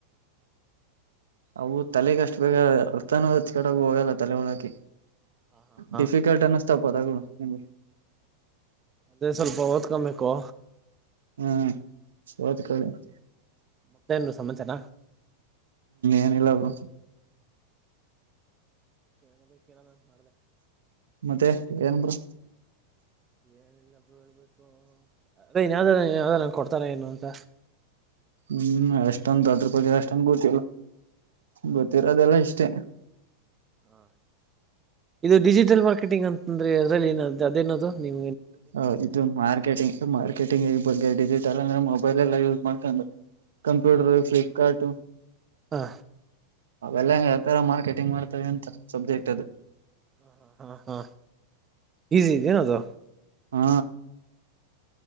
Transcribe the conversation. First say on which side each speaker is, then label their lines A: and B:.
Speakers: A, on the right; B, on the right.
A: ಅವು ತಲೆಗಷ್ಟು ಬೇಗ ವೃತಾನ ಕಡಗ ಹೋಗಲ್ಲ ತಲೆ ಒಳಕೆ.
B: ಹಾ ಹಾ
A: ಡಿಫಿಕಲ್ಟ್
B: ಹಾ
A: ಅನ್ನಿಸ್ತಾಪ್ಪದಗಳು ನಿಮ್ಗೆ
B: ಅದೇ ಸ್ವಲ್ಪ ದಕಮ್ಮೇಕು
A: <unintelligible> ಹ್ಮ
B: ಮತ್ತೇನು ಸಮಾಚಾರ
A: ಏನಿಲ್ಲ ಬ್ರೋ
B: ಮದೇ ಕೇಳದಂತ ಮಾಡ್ದ
A: ಮತ್ತೆ ಏನರು
B: ಏಲ್ಲ ಹೇಳ್ಬೇಕು ಅದೇನ್ಯಾವ್ದ ಯಾವ್ದ ಕೊಡ್ತಾರ ಏನು ಅಂತ
A: ಹ್ಮ್ ಅಷ್ಟಂದು ಅದ್ರ ಪಕ್ಷ ಅಷ್ಟಂದು ಗೊತಲ್ಲ
B: ಹಾ
A: ಗೊತ್ತೀರ ಅದೆಲ್ಲ ಇಷ್ಟೇ
B: ಹಾ ಇದು ಡಿಜಿಟಲ್ ಮಾರ್ಕೆಟಿಂಗ್ ಅಂತಂದ್ರೆ ಅದ್ರಲ್ಲಿ ಏನ ಅದೇನದು ನಿಮ
A: ಹ ಇದು ಮಾರ್ಕೆಟಿಂಗ್ ಮಾರ್ಕೆಟಿಂಗ್ ಈ ಬಗ್ಗೆ ಡಿಜಿಟಲ್ ಅಂದ್ರೆ ಮೊಬೈಲ್ ಎಲ್ಲಾ ಯೂಸ್ ಮಾಡ್ಕೊಂಡು ಕಂಪ್ಯೂಟರ್ ಫ್ಲಲಿಪ್ಕಾರ್ಟ
B: ಹಾ
A: ಅವೆಲ್ಲ ಹೆಂಗಗೆ ಹೇತಾರ ಮಾರ್ಕೆಟಿಂಗ್ ಮಾಡ್ತವೆ ಅಂತ ಸಬ್ಜೆಕ್ಟ್ ಅದು
B: ಹ ಹಾ ಹಾ ಈಸಿ ಇದೇನದು
A: <unintelligible>